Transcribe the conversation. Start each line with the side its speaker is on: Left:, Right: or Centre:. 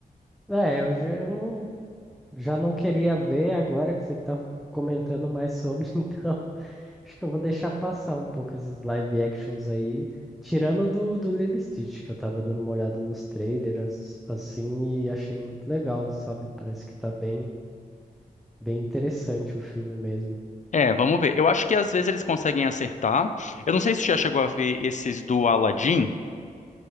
Centre: É, eu, já- eu não, já não queria ver agora que você tá comentando mais sobre, <laughs> então acho que eu vou deixar passar um pouco esses live actions aí, tirando do, do Lilo e Stitch, que eu tava dando uma olhada nos trailers, assim, e achei muito legal, sabe? Parece que tá bem, bem interessante o filme mesmo.
Left: É, vamos ver. Eu acho que às vezes eles conseguem acertar. Eu não sei se já chegou a ver esses do Aladdin.